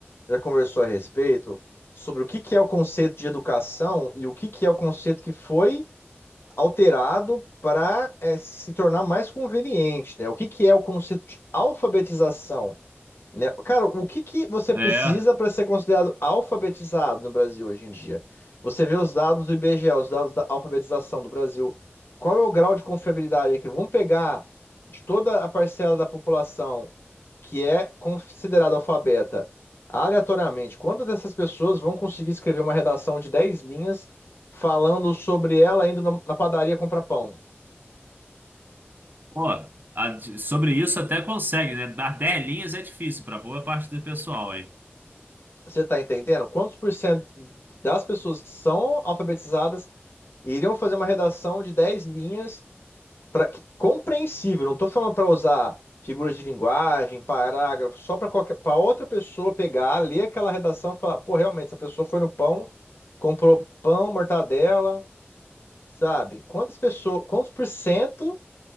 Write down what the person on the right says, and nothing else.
É.
Pô, a- de- sobre isso até consegue, né? Dar 10 linhas é difícil para boa parte do pessoal, hein?